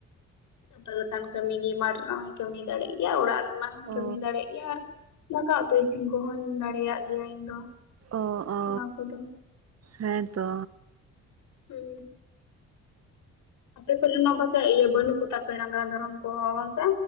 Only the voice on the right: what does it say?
ᱚ
ᱚ ᱚ
ᱦᱮᱸᱛᱚ